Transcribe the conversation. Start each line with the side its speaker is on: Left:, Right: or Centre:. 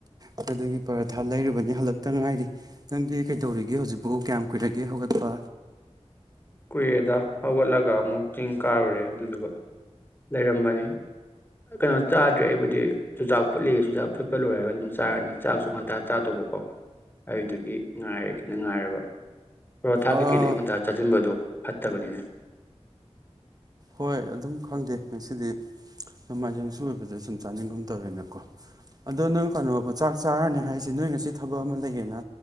Right: ꯑꯗꯨꯗꯒꯤ ꯄꯔꯊꯥ ꯂꯩꯔꯨꯕꯅꯦ ꯍꯟꯂꯥꯛꯇꯥ ꯉꯥꯏꯔꯤ ꯅꯪꯗꯤ ꯀꯩꯗꯧꯔꯤꯒꯦ ꯍꯧꯖꯤꯛꯄꯨ ꯀꯌꯥꯝ ꯀꯨꯏꯔꯒꯦ ꯍꯧꯒꯠꯄ
Left: ꯀꯨꯔꯦꯗ ꯍꯧꯒꯠꯂꯒ ꯑꯃꯨꯛ ꯆꯤꯡ ꯀꯥꯔꯨꯔꯦ ꯑꯗꯨꯗꯨꯒ ꯂꯩꯔꯝꯕꯅꯤ ꯀꯩꯅꯣ ꯆꯥꯗ꯭ꯔꯦ ꯑꯩꯕꯨꯗꯤ ꯆꯨꯖꯥꯛ ꯐꯨꯠꯂꯤꯑꯦ ꯆꯨꯖꯥꯛ ꯐꯨꯠꯄ ꯂꯣꯏꯔꯒꯥ ꯑꯗꯨꯝ ꯆꯥꯔꯅꯤ ꯆꯥꯛꯁꯨ ꯉꯟꯇꯥ ꯆꯥꯗꯧꯕꯀꯣ ꯑꯗꯨꯗꯨꯒꯤ ꯉꯥꯏꯔꯒꯦꯅꯥ ꯉꯥꯏꯔꯕ ꯄꯥꯔꯣꯊꯥ
Right: ꯑꯥ
Left: ꯀꯩꯀꯩꯗꯣ ꯑꯌꯨꯛ ꯉꯟꯇꯥ ꯆꯥꯁꯤꯟꯕꯗꯣ ꯐꯠꯇꯕꯅꯤ
Right: ꯍꯣꯏ ꯑꯗꯨꯝ ꯈꯪꯗꯦ ꯉꯁꯤꯗꯤ ꯅꯣꯡꯃꯥꯏꯖꯤꯡꯁꯨ ꯑꯣꯏꯕꯗ ꯁꯨꯝ ꯆꯥꯅꯤꯡꯒꯨꯝ ꯇꯧꯋꯦꯅꯀꯣ ꯑꯗꯣ ꯅꯪ ꯀꯩꯅꯣ ꯆꯥꯛ ꯆꯥꯔꯅꯤ ꯍꯥꯏꯁꯦ ꯅꯣꯏ ꯉꯁꯤ ꯊꯕꯛ ꯑꯃ ꯂꯩꯌꯦꯅ